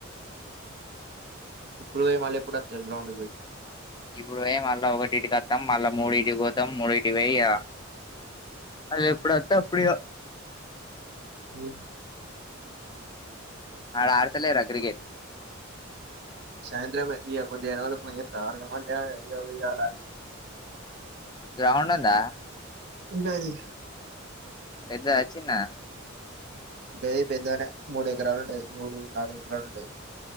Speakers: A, on the right (about 55°); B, on the left (about 20°).
A: ఇప్పుడు పోయి మళ్లీ ఎప్పుడు వస్తావ్ గ్రౌండ్ కి పోయి
B: ఇప్పుడు పోయి మళ్ళా ఒక్కటి ఇంటికి వత్తం మళ్ళ మూడు ఇంటికి పోతాం మూడు ఇంటికి ఇగ అది ఎప్పుడొస్తే అప్పుడు ఇగ
A: ఉ
B: ఆడ ఆడతలేరా క్రికెట్
A: సాయంత్రం మే ఇయ్య కొద్ది వేరే వాళ్ళ కి ఫోన్ చేస్తా ఆడదామంటే ఆడ <unintelligible>
B: గ్రౌండ్ ఉందా
A: ఉన్నది
B: పెద్ద చిన్న
A: ఏయ్ పెద్దగానే మూడు ఎకరాలు ఉంటది మూడు నాలుగు ఎకరాలు ఉంటది